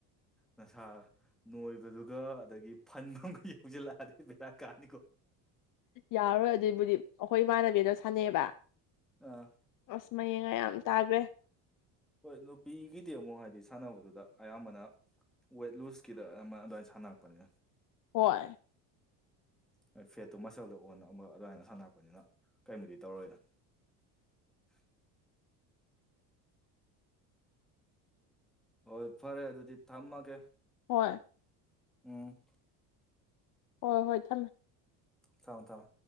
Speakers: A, in the centre; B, on the left.
A: ꯅꯁꯥ ꯅꯣꯏꯕꯗꯨꯒ ꯑꯗꯒꯤ ꯐꯟ ꯑꯃꯒ ꯌꯧꯁꯤꯜꯂꯛꯑꯗꯤ ꯕꯦꯔꯥ ꯀꯥꯅꯤꯀꯣ
B: ꯌꯥꯔꯣꯏ ꯑꯗꯨꯏꯕꯨꯗꯤ ꯑꯩꯈꯣꯏ ꯏꯃꯥꯟꯅꯕꯤꯗ ꯁꯥꯟꯅꯩꯑꯕ
A: ꯑꯥ
B: ꯑꯁ ꯃꯌꯦꯡꯒ ꯌꯥꯝ ꯇꯥꯈ꯭ꯔꯦ
A: ꯍꯣꯏ ꯅꯨꯄꯤꯒꯤꯗꯤ ꯑꯃꯨꯛ ꯍꯥꯏꯗꯤ ꯁꯥꯟꯅꯕꯗꯨꯗ ꯑꯌꯥꯝꯕꯅ ꯋꯦꯠ ꯂꯨꯁꯀꯤꯗ ꯑꯃ ꯑꯗꯨꯃꯥꯏꯅ ꯁꯥꯟ ꯈꯅꯄꯔꯦ
B: ꯍꯣꯏ
A: ꯍꯣꯏ ꯐꯦꯠꯇꯨ ꯃꯆꯜꯗ ꯑꯣꯟꯅꯝꯕ ꯑꯗꯨꯃꯥꯏꯅ ꯁꯥꯟꯅꯔꯛꯄꯅꯤꯅ ꯀꯩꯃꯗꯤ ꯇꯧꯔꯣꯏꯗ <unintelligible> ꯍꯣꯏ ꯐꯔꯦ ꯑꯗꯨꯗꯤ ꯊꯝꯃꯒꯦ
B: ꯍꯣꯏ
A: ꯎꯝ
B: ꯍꯣꯏ ꯍꯣꯏ ꯊꯝꯃꯦ
A: ꯊꯝꯃꯦ ꯊꯝꯃꯦ